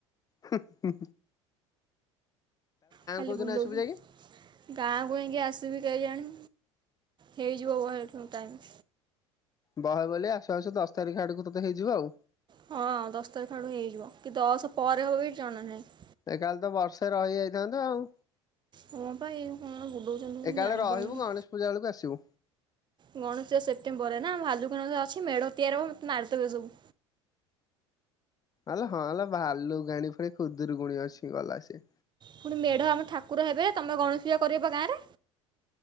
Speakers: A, on the left; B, on the right.
A: ହୁ ହଁ!
B: ଖାଲି
A: କୋଉଦିନ
B: ବୁଲଉଛି
A: ଆସିବୁ ଯାଇକି
B: ଗାଁକୁ ଜାଇକି ଆସିବି କେଜାଣି! ହେଇଯିବ ଓ ହେଁ ଇ ଯିବ ଟାଇମ୍!
A: ବହେ ବୋଲି ଆଶୁ ଆସୁ ଦଶ ତାରିଖ ଆଡକୁ ତୋତେ ହେଇଯିବ ଆଉ!
B: ହଁ ଦଶ ତାରିଖ ବେଳକୁ ହେଇଯିବ କି ଦଶ ପରେ ହବ ବି ଜଣା ନାହିଁ!
A: ଏ କାଲି ତ ବର୍ଷେ ରହିଯାଇଥାନ୍ତୁ ଆଉ!
B: ହଁ ପା ଏ କଣ ବୁଲଉଛନ୍ତି
A: ଏକାବେଳେ
B: ମୁଁ ଜାଣି
A: ରହିବୁ
B: ପାରୁନି?
A: ଗଣେଶ ପୂଜା ବେଳକୁ ଆସିବୁ
B: ଗଣେଶ ପୂଜା ସେପ୍ଟେମ୍ବର ରେ ନା ଭାଲୁ କା ନା ଅଛି ମେଢ ତିଆରି ହବ ମତେ ମାରି ଦେବେ ସବୁ!
A: ଆଲୋ ହଁ ଲୋ ଭାଲୁକାଣି ପୁଣି ଖୁଦୁରୁକୁଣୀ ଅଛି ଗଲା ସେ!
B: ପୁଣି ମେଢ଼ ଆମ ଠାକୁର ହେବେ ତମେ ଗଣେଷ ପୂଜା କରିବ ବା ଗାଁରେ?